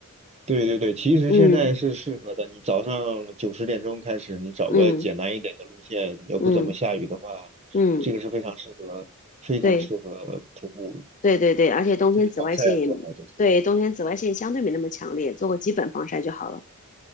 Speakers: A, on the right (about 30°); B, on the left (about 35°).
A: 对对对，其实现在是适合的。
B: 嗯
A: 你早上九十点钟开始，你找个简单一点的路线，
B: 嗯
A: 又不怎么下雨的话，
B: 嗯嗯，
A: 这个是非常适合，非常适合徒步，
B: 对对对对，而且冬天紫外线也，
A: 就是防晒要做好就是。
B: 对，冬天紫外线相对没那么强烈，做个基本防晒就好了。